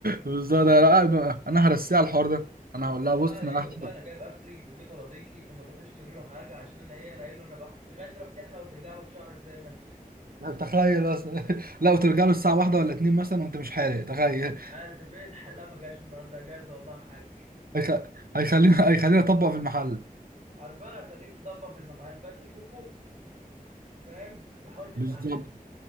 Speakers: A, on the right (about 80°); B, on the right (about 50°).
A: بالظبط انا قاعد بقى- انا هرسيها على الحوار ده انا هقول
B: انت
A: لها بص
B: بقى
A: انا
B: ايه
A: هحلق.
B: قول لها انا جايب اخري وجيت ارضيكي فما تروحيش تقولي له حاجه عشان انا ايه انا قايل له انا بحت تخيل تروح تحلق وترجع له بشعرك زي ما انت
A: تخيل اصلا <laughs> لا وترجع له الساعه واحدة ولا اتنين مثلا وانت مش حالق تخيل
B: <laughs> انت مش عارف انت فين الحلاق ما جاش النهارده جاز والله يا حاج
A: <laughs> هيخ- هيخليني هيخليني اطبق في المحل
B: عارفان هخليك تطبق في المحل فانت شوفه فاهم وحاول تخلع
A: بالظبط
B: منه